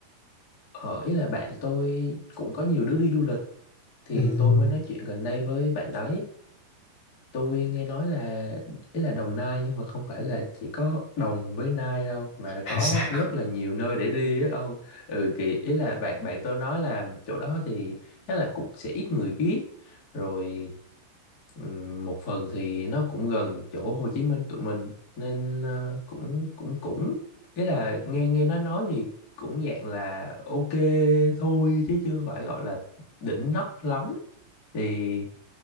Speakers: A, on the left; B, on the left.
A: Ờ, ý là bạn tôi cũng có nhiều đứa đi du lịch thì
B: Ừm,
A: tôi mới nói chuyện gần đây với bạn đấy. Tôi nghe nói là ý là Đồng Nai nhưng mà không phải là chỉ có Đồng với Nai đâu mà
B: <laughs>
A: là có
B: là sao?
A: rất là nhiều nơi để đi á ông. Ừ thì ý là bạn bạn tôi nói là chỗ đó thì chắc là cũng sẽ ít người biết. Rồi ừm, một phần thì nó cũng gần chỗ Hồ Chí Minh tụi mình nên ờ, cũng cũng cũng ý là nghe nghe nó nói thì cũng dạng là ok thôi chứ chưa phải gọi là đỉnh nóc lắm. Thì